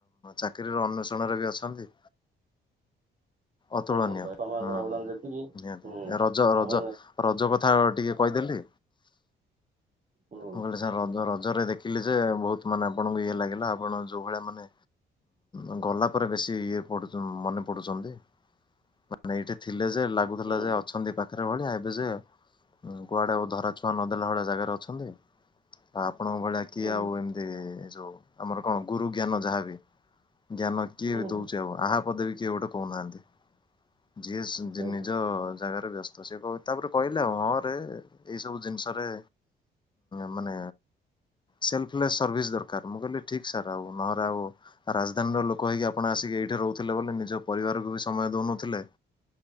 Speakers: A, on the left (about 25°); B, on the right (about 40°).
A: ଚାକିରି ର ଅନ୍ୱେଷଣରେ ବି ଅଛନ୍ତି। ଅତୁଳନୀୟ
B: ସମସ୍ତଙ୍କ ପାଇଁ ବାପା ମାଙ୍କର
A: ହୁଁ
B: ଅବଦାନ ଯେତିକି
A: ନିହାତି
B: ହୁଁ
A: ରଜ ରଜ
B: ଆମ
A: ରଜ କ <unintelligible> ଟିକେ କହିଦେଲି।
B: ହୁଁ
A: ମୁଁ କହିଲି ସାର୍ ରଜ ରଜରେ ଦେଖିଲି ଯେ ବହୁତ୍ ମାନେ ଆପଣଙ୍କୁ ଇଏ ଲାଗିଲା ଆପଣ ଯୋଉ ଭଳିଆ ମାନେ ଉଁ ଗଲା ପରେ ବେଶୀ ଇଏ ପଡୁ ମନେ ପଡୁଛନ୍ତି ମାନେ ଏଇଟି ଥିଲେ ଯେ ଲାଗୁଥିଲା
B: ହୁଁ
A: ଯେ ଅଛନ୍ତି। ପାଖରେ ଭଳିଆ ଏବେ ଯେ କୁଆଡ଼େ ଧରାଛୁଆଁ ନଦେଲା ଭଳିଆ ଜାଗାରେ ଅଛନ୍ତି। ଆ ଆପଣଙ୍କ ଭଳିଆ କିଏ
B: ହୁଁ
A: ଆଉ ଏମିତି ଏ ଯୋଉ ଆମର କଣ ଗୁରୁ ଜ୍ଞାନ ଯାହାବି। ଜ୍ଞାନ କିଏ
B: ହୁଁ
A: ବି ଦଉଛି ଆଉ ଆହା ପଦେ ବି କିଏ ଗୋଟେ କହୁନାହାନ୍ତି। ଯିଏ
B: ସେଉଠୁ
A: ନିଜ ଜାଗାରେ ବ୍ୟ ତ ସେ କହ ତାପରେ କହିଲେ ହଁ ରେ ଏଇ ସବୁ ଜିନିଷରେ ମାନେ ସେଲଫଲେସ୍ ସର୍ଭିସ୍ ଦରକାର ମୁଁ କହିଲି ଠିକ୍ ସାର୍ ଆଉ ନହେଲେ ଆଉ ରାଜଧାନୀର ଲୋକ ହେଇକି ଆପଣ ଆସିକି ଏଇଠି ରହୁଥିଲେ ବୋଲି ନିଜ ପରିବାରକୁ ବି ସମୟ ଦଉନଥିଲେ।